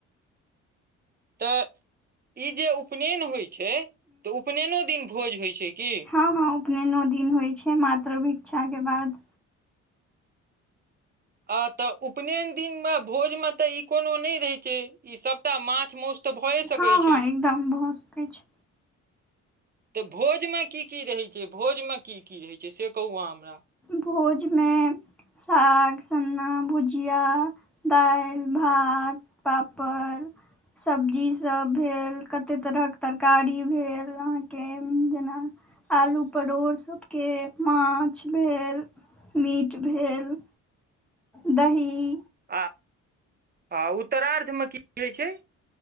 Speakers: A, on the right (about 30°); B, in the centre.
A: तऽ ई जे उपनैन होय छै तऽ उपनैनो दिन भोज होय छै। की
B: हां-हां उपनैनो दिन होय छै मात्र भिक्षा के बाद।
A: आ तऽ उपनैन दिनमे भोजमे तऽ ई कोनो नै रहै छै ई सबटा माछ, मौस तऽ भए सकै
B: हां-हां
A: छै
B: एकदम भ सकय छै।
A: तऽ भोजमे की-की रहै छै, भोज मे की-की रहै छै से कहू अहां।
B: भोज में साग सन्ना, भुजिया, दाएल, भात, पापड़। सब्जी सब भेल कते तरहक तरकारी भेल अहाँके जना आलू, परोड़ सबके माछ भेल, मीट भेल, दही
A: आ आ उत्तरार्थ मे की हय छै।